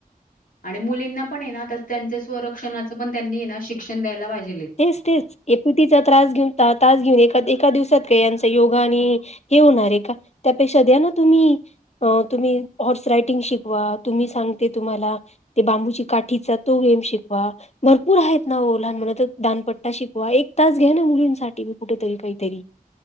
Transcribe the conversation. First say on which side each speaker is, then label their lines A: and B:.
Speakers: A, on the left; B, on the left.
A: आणि मुलींना पण आहे नाता त्यांच्या स्वरक्षणाचं पण त्यांनी ना शिक्षण द्यायला पाहिजे.
B: तेच -तेच एपीटीचा त्रास घेऊन तास घेऊन एका, एका दिवसात यांचा योगाने हे होणारे का? त्या पेक्षा द्याना तुम्ही, अ तुम्ही हॉर्स रायडींग शिकवा तुम्ही सांगते, तुम्हाला ते बांबूची काठीचा तो गेम शिकवा भर पुर आहेत ना ओ लहान मुलं तर दानपट्टा शिकवा एक तास घ्या ना मुलींसाठी मी कुठेतरी काहीतरी